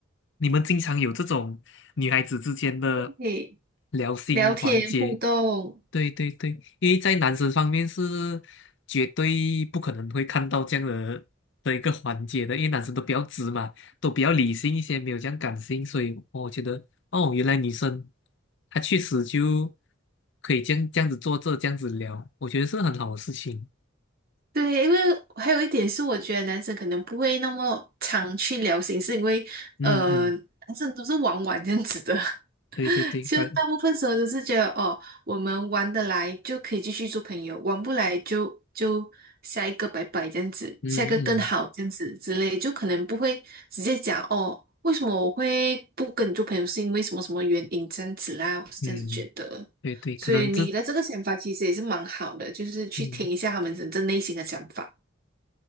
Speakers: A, on the left; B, on the right.
A: 你们经常有这种女孩子之间的
B: 对，
A: 聊心环节，
B: 聊天互动，
A: 对对对，因为在男生方面是绝对不可能会看到这样的的一个环节的，因为男生都比较直嘛，都比较理性一些，没有这样感性，所以我觉得哦，原来女生她确实就可以这样这样子做这，这样子聊，我觉得是很好的事情。
B: 对，因为还有一点是，我觉得男生可能不会那么常去聊心事，因为呃，
A: 嗯嗯，
B: 男生都是玩玩这样子的，<laughs>
A: 对对对，
B: 就大部分时候都是觉得哦，
A: 感
B: 我们玩得来就可以继续做朋友，玩不来就就下一个拜拜这样子，
A: 嗯嗯
B: 下一个更好这样子之类，就可能不会直接讲哦，为什么我会不跟你做朋友，是因为什么什么原因这样子啦，我是这样子觉得。
A: 嗯，对对，
B: 所以你的这个想法其实也是蛮好的，
A: 可能这嗯。
B: 就是去听一下他们真正内心的想法。
A: 嗯